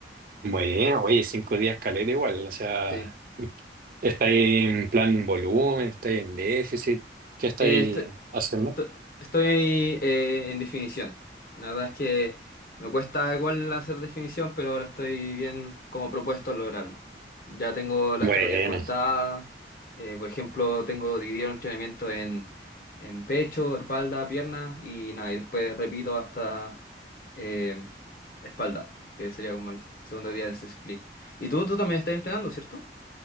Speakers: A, on the right; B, on the left.
A: Bueno, oye, cinco días caleta igual. O sea,
B: Sí.
A: ¿estáis en plan en volumen? ¿Estáis en déficit? ¿Qué estáis
B: Eh, est-
A: haciendo?
B: T- Estoy eh, en definición. La verdad es que me cuesta igual hacer definición, pero ahora estoy bien como propuesto a lograrlo. Ya tengo las
A: Bueno,
B: calorías contadas. eh, por ejemplo, tengo dividido el entrenamiento en, en pecho, espalda, pierna y nada, y después repito hasta eh, espalda, que sería como el segundo día de ese split. Y tú, tú también estás entrenando, ¿cierto?